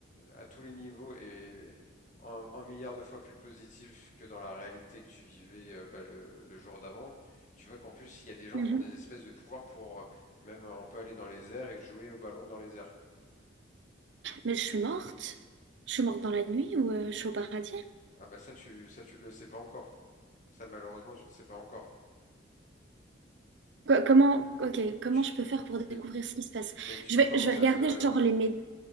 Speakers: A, on the left; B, on the right.
A: à tous les niveaux, est un, un milliard de fois plus positif que dans la réalité que tu vivais euh, bah, le, le jour d'avant, tu vois qu'en plus, il y a des gens
B: Mhm.
A: qui ont des espèces de pouvoirs pour, euh, même, euh, on peut aller dans les airs et jouer au ballon dans les airs.
B: Mais je suis morte? Je suis morte dans la nuit ou euh, je suis au paradis?
A: Ah bah ça, tu, ça, tu le sais pas encore. Ça, malheureusement, tu ne le sais pas encore.
B: Quoi- comment, ok, comment
A: Tu-
B: je peux faire pour découvrir ce qui se
A: Mais,
B: passe?
A: mais tu
B: Je vais,
A: commences
B: je vais regarder
A: à te,
B: genre les médias.